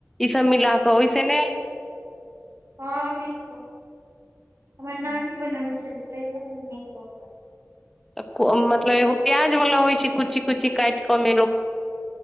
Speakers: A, in the centre; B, on the right.
A: ई सब मिला क ओहिसे ने
B: हँ नै तऽ हमर नानी बनाने छल <unintelligible>
A: मतलब एगो प्याज वला होइ छै कुच्ची कुच्ची कैट कऽ